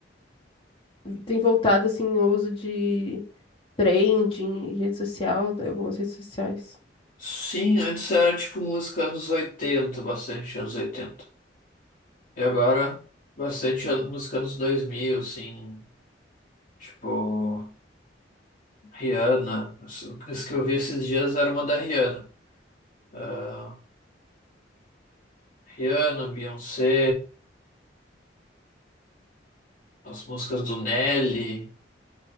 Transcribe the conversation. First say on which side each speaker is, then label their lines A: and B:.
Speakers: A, on the left; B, on the left.
A: Tem voltado, assim, o uso de trending, rede social, né, algumas redes sociais.
B: Sim, antes era tipo música anos 80, bastante anos 80. E agora, bastante a- música dos 2000 assim, tipo, Rihanna. Isso isso que eu vi esses dias era uma da Rihanna. Ah, Rihanna, Beyoncé, as músicas do Nelly.